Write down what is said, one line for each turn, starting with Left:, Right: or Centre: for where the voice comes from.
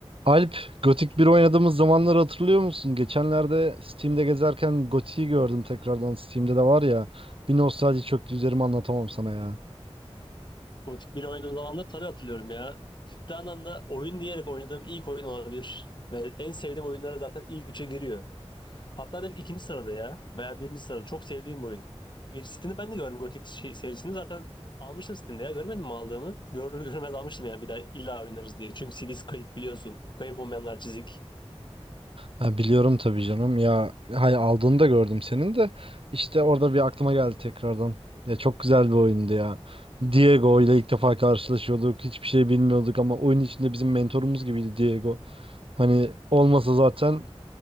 Right: Alp, Gothic bir oynadığımız zamanları hatırlıyor musun? Geçenlerde Steam'de gezerken Gothic'i gördüm tekrardan. Steam'de de var ya. Bir nostalji çöktü üzerime anlatamam sana ya.
Left: Gothic 1 oynadığım zaman da tabii hatırlıyorum ya. Ciddi anlamda oyun diyerek oynadığım ilk oyun olabilir. Ve en sevdiğim oyunlara zaten ilk üçe giriyor. Hatta direkt ikinci sırada ya. Veya birinci sırada. Çok sevdiğim bir oyun. E, Steam'de ben de gördüm Gothic şey- serisini. Zaten almıştım Steam'de ya. Görmedim mi aldığımı? Görünür görmez almıştım yani bir daha illa oynarız diye. Çünkü CD'si kayıp biliyorsun. Kayıp olmayanlar çizik.
Right: Ha, biliyorum tabii canım. Ya hay aldığını da gördüm senin de. İşte orada bir aklıma geldi tekrardan. Ya çok güzel bir oyundu ya. Diego ile ilk defa karşılaşıyorduk. Hiçbir şey bilmiyorduk ama oyun içinde bizim mentorumuz gibiydi Diego. Hani olmasa zaten